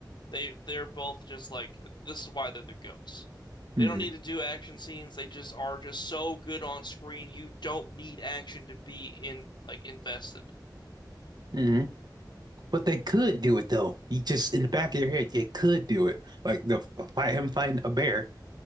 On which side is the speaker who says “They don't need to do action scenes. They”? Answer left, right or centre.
Left